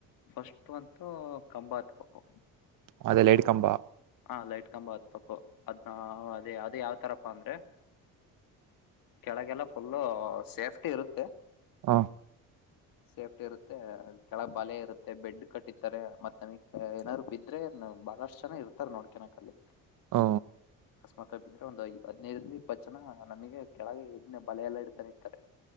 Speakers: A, on the left; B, on the right.
A: ಫಸ್ಟ್ ಅಂತೂ ಕಂಬ ಹತ್ಬೇಕ್ಕು
B: ಅಲ್ಲ ಎಡ್ಕಂಬಾ
A: ಹ ಲೈಟ್ ಕಂಬ ಹತ್ಪಕ್ಕು ಅದೇ ಅ ಯಾವ ಹತಾರಪ್ಪ ಅಂದ್ರೆ ಕೆಳಗೆಲ್ಲ ಫುಲ್ಲ ಸೇಫ್ಟಿ ಇರುತ್ತೆ
B: ಹಾ
A: ಸೇಫ್ಟಿ ಇರುತ್ತೆ ಕೆಳಗ್ ಬಾೆ ಇರುತ್ತೆ ಬೆಡ್ ಕಟ್ಟತಾರೆ ಮತ್ತತ್ ನಮಗ್ ಏನಾದ್ರು ಬಿದ್ರೆ ಬಹಳಷ್ಟು ಜನ ಇರ್ತ ನೋಡ್ಕಿನಕ್ ಅಲ್ಲಿ
B: ಹ
A: ಮತ್ತ ಬಿದ್ರೆ ಒಂದು ಹದ್ೈದರಿಂದ ಇಪ್ಪತ್ತು ಜನ ನಮಗೆ ಕೆಳಗೆ ಎದ್ ಬಲ ಎಲ್ಲಾ ಇಡ್ತಾನೆ ಇರ್ತಾರೆ